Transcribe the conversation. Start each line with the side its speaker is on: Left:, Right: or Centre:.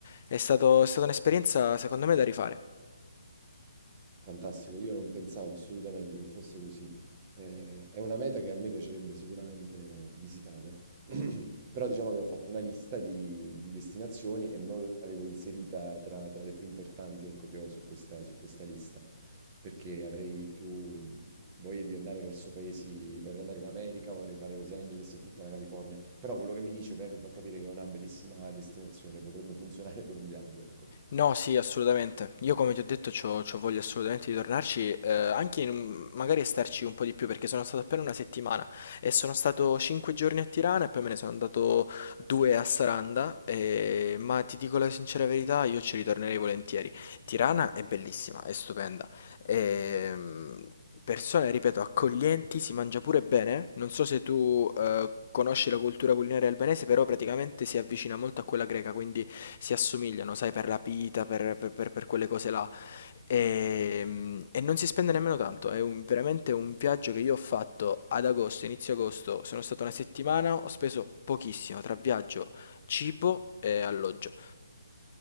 Left: È stato- è stata un'esperienza secondo me da rifare.
Right: Fantastico, io non pensavo assolutamente che fosse così. Eh, è una meta che a me piacerebbe sicuramente visitare, <clears throat> però diciamo che ho fatto una lista di, di destinazioni e non l'avevo inserita tra, tra le più importanti, ecco, che ho su questa, su questa lista, perché avrei più voglia di andare verso paesi, vorrei andare in America, vorrei fare Los Angeles e tutta la California, però quello che mi dice ovviamente fa capire che è una bellissima destinazione, potrebbe funzionare <laughs> per un viaggio, ecco.
Left: No, sì, assolutamente. Io come ti ho detto c'ho, c'ho voglia assolutamente di tornarci, eh, anche in un- magari starci un po' di più perché sono stato appena una settimana e sono stato cinque giorni a Tirana e poi me ne sono andato due a Saranda, e- ma ti dico la sincera verità, io ci ritornerei volentieri. Tirana è bellissima, è stupenda. ehm, Persone, ripeto, accoglienti, si mangia pure bene. Non so se tu eh, conosci la cultura culinaria albanese, però praticamente si avvicina molto a quella greca, quindi si assomigliano, sai, per la pita, per, per- per- per quelle cose là. E, mm, e non si spende nemmeno tanto. È un- veramente un viaggio che io ho fatto ad agosto, inizio agosto. Sono stato una settimana, ho speso pochissimo tra viaggio, cibo e alloggio.